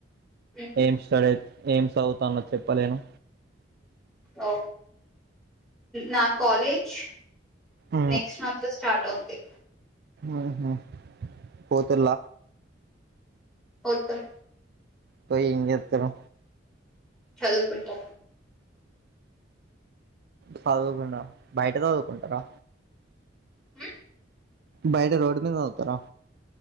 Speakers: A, in the centre; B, on the right.
A: ఉహు
B: ఏం స్టడీత్ ఏం సదువుతాన్నో చెప్పలేను
A: ఓ నా కాలేజ్
B: ఉమ్
A: నెక్స్ట్ మంత్ స్ స్టార్ట్ అవుతే
B: ఆహ పోతుల
A: ఓతం
B: పోయి ఏం జేత్తరు
A: చదువుకుంటా
B: చదవకుండావ బయట చదువుకుంటారా
A: ఉ
B: బయట రోడ్ మీ సతార